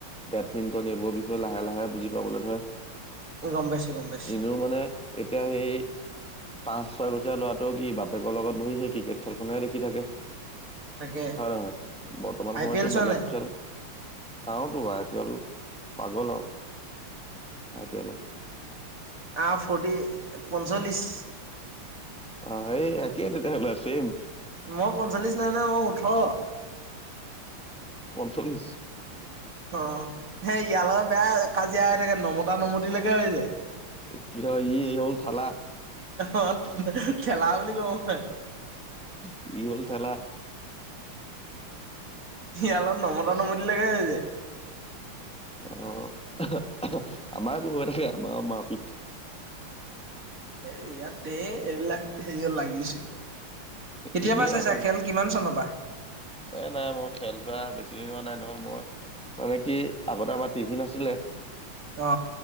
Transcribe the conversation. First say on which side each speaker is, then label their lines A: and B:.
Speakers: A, in the centre; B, on the right.
A: বেডমিন্টন এইবোৰ বিষয়ে লাহে লাহে বুজি পাবলৈ ধৰে,
B: গম পাইছো গম পাইছো
A: এনেও মানে এতিয়া সেই পাঁচ ছয় বছৰ লৰাটোও কি বাপেকৰ লগত বহি সেই ক্ৰিকেট খেলখননেহে দেখি থাকে।
B: তাকে
A: হয়হ বৰ্তমান
B: আই
A: সময়ো
B: পি এল চোৱা
A: বেলেগ
B: নাই
A: খেল চাওতো আই পি এল পাগল আৰু আই পি এলৰ
B: আ ফৰ্টি পঞ্চল্লিছ
A: অঁ এই একেই তেতিয়াহ'লে আছে
B: মই পঞ্চল্লিছ নাই ন মই ওঠৰ
A: চল্লিশ
B: অঁ সেই ইয়ালৰ বেয়া কাজিয়া হৈ থাকে নমতা নমতি লৈকে হৈ যায়।
A: কি হয় এই হল থালা
B: অঁ খেলা বুলি কওঁ মই
A: কি হল থেলা
B: স অলপ নমতা নমতাকৈয়ে হৈ যায়।
A: আহ আমাৰ বহুত থাকে আমাৰ ম পিত
B: এ ইয়াত দেৰ এইবিলাক হেৰিত লাগিছে। কেতিয়াবা
A: এনেই
B: চাইছা
A: আৰু
B: খেল কিমান চনৰ পৰা
A: এ নাই মই খেল চোৱা বেছি দিন হোৱা নাই নহয় মই মানে কি আগতে আমাৰ টিভি নাছিলে
B: অ